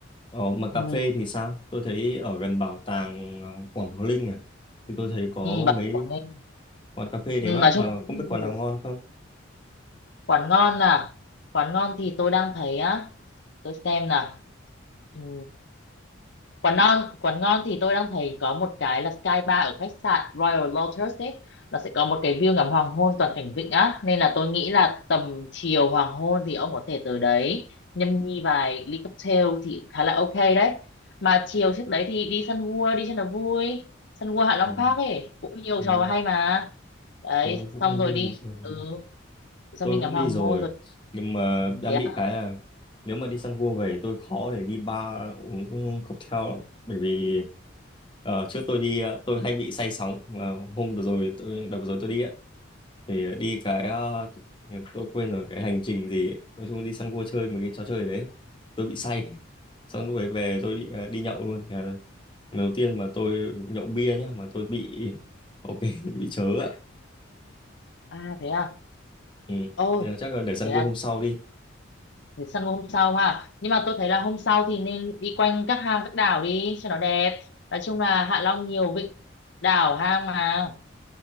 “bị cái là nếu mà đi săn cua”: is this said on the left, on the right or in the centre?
Left